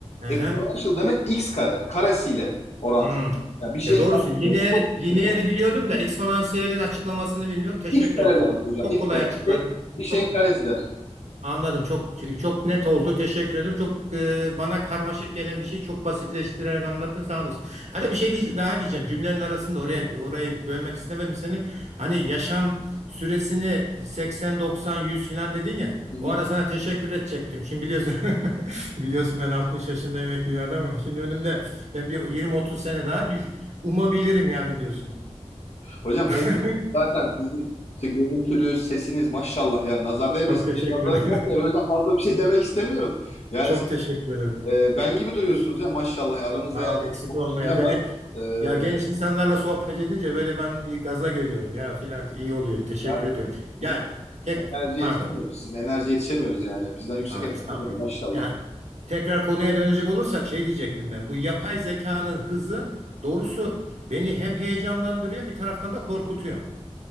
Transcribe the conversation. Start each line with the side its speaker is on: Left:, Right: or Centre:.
Right: Aha.
Left: Exponential demek x kare. Karesiyle orantılı.
Right: Hmm.
Left: Yani bir şeyin
Right: Ya doğrusu
Left: karesi
Right: lineer
Left: çok yüksek
Right: lineeri
Left: olur.
Right: biliyordum da eksponansiyelin açıklamasını bilmiyorum. Teşekkür
Left: X kare
Right: ederim.
Left: demek
Right: Çok
Left: hocam.
Right: çok
Left: X
Right: kolay
Left: kare.
Right: açıkladın.
Left: Bir şeyin, bir şeyin
Right: Çok
Left: karesi demek.
Right: Anladım. Çok çok net oldu. Teşekkür ederim. Çok e, bana karmaşık gelen bir şeyi çok basitleştirerek anlattın. Sağ olasın. Hani bir şey diye- daha diyeceğim. Cümlenin arasında oraya orayı bölmek istemedim seni. Hani yaşam süresini 80 90 100 falan dedin ya.
Left: Hı hı.
Right: O ara sana teşekkür edecektim. Şimdi biliyorsun <laughs> biliyorsun ben 60 yaşında emekli bir adamım. Şimdi önümde ben bir 20 30 sene daha düş umabilirim yani diyorsun.
Left: Hocam
Right: <laughs>
Left: um, zaten sizin işte görüntünüz, sesiniz maşallah yani nazar değmesin
Right: Çok teşekkür.
Left: diye nazarım çok değer. O yüzden fazla bir şey <laughs> demek istemiyorum.
Right: <laughs>
Left: Yani
Right: Çok teşekkür ederim.
Left: Ee, ben gibi duruyorsunuz ya maşallah. ya. Aramızda
Right: Ya
Left: yani
Right: eksik
Left: 30
Right: olma ya.
Left: sene var.
Right: Beni
Left: Ee,
Right: ya genç insanlarla sohbet edince böyle ben bir gaza geliyorum ya filan iyi oluyor. Teşekkür
Left: yani
Right: ediyorum.
Left: bizim
Right: Yani tek
Left: enerji
Right: pardon.
Left: yetişemiyoruz. Sizin enerji yetişemiyoruz yani. Bizden yüksek
Right: Ha,
Left: enerji
Right: estağfurullah.
Left: var maşallah.
Right: Yani tekrar konuya dönecek olursak şey diyecektim ben. Bu yapay zekanın hızı doğrusu beni hem heyecanlandırıyor bir taraftan da korkutuyor.